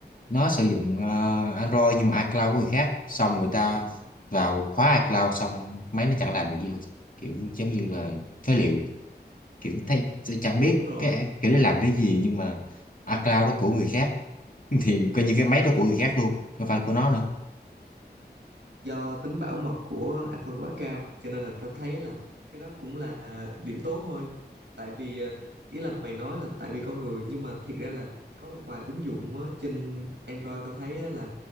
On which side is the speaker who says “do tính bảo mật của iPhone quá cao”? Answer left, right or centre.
Right